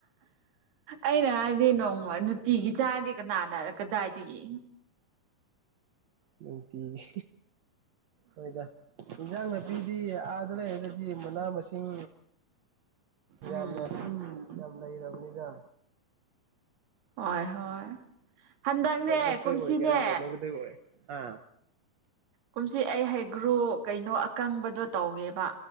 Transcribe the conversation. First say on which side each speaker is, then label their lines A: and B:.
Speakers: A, on the right; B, on the right.
A: ꯑꯩꯅ ꯍꯥꯏꯗꯤ ꯅꯣꯡꯃ ꯅꯨꯡꯇꯤꯒꯤ ꯆꯥꯔꯗꯤ ꯀꯅꯥꯅꯔꯛꯀꯗꯥꯏꯗꯒꯤ
B: ꯅꯨꯡꯇꯤꯒꯤ ꯍꯣꯏꯗ ꯏꯟꯖꯥꯡ ꯅꯥꯄꯤꯗꯤ ꯑꯥꯗ ꯂꯩꯔꯒꯗꯤ ꯃꯅꯥ ꯃꯁꯤꯡ ꯌꯥꯝꯅ
A: ꯎꯝ
B: ꯌꯥꯝ ꯂꯩꯔꯕꯅꯤꯅ
A: ꯍꯣꯏ ꯍꯣꯏ ꯍꯟꯗꯛꯅꯦ
B: ꯂꯨꯒ ꯊꯣꯏ
A: ꯀꯨꯝꯁꯤꯅꯦ
B: ꯀꯗ <inaudible> ꯀ ꯅꯨ ꯀ ꯊꯩ ꯑꯣꯏ ꯍꯥ
A: ꯀꯨꯝꯁꯤ ꯑꯩ ꯍꯩꯒ꯭ꯔꯣ ꯀꯩꯅꯣ ꯑꯀꯪꯕꯗꯣ ꯇꯧꯒꯦꯕ